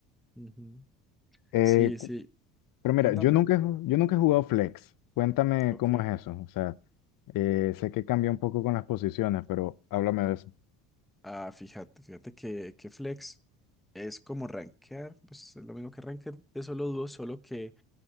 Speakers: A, in the centre; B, on the left (about 50°).
A: Ujú.
B: Eh,
A: Sí,
B: cu-
A: sí,
B: pero mira,
A: cuéntame.
B: yo nunca, he ju- yo nunca he jugado flex. Cuéntame
A: Ok.
B: cómo es eso. O sea, eh, sé que cambia un poco con las posiciones, pero háblame de eso.
A: Ah, fíjate, fíjate que, que Flex es como rankear, pues es lo mismo que rankear de solo dúos, solo que